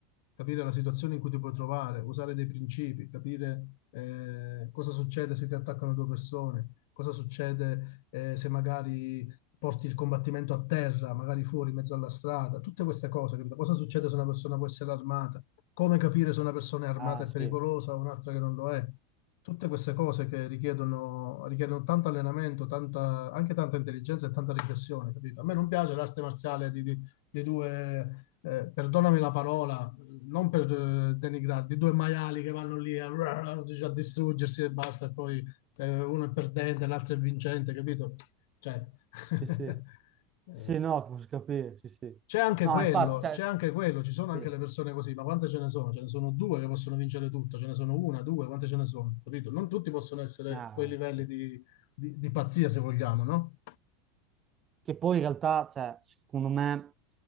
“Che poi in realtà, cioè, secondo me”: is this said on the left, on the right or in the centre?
Right